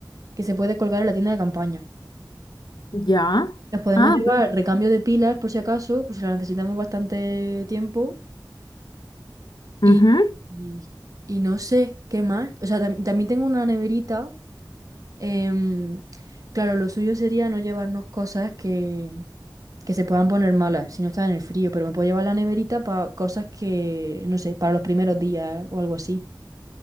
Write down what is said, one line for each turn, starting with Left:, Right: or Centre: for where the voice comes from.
Right: que se puede colgar en la tienda de campaña.
Left: Ya.
Right: Nos podemos
Left: Ah,
Right: llevar
Left: per-
Right: recambio de pilas por si acaso, por si las necesitamos bastante tiempo. Y,
Left: ujú,
Right: y- y no sé qué más. O sea, tam- también tengo una neverita. em, claro, lo suyo sería no llevarnos cosas que, que se puedan poner malas si no está en el frío, pero me puedo llevar la neverita para cosas que, no sé, para los primeros días o algo así.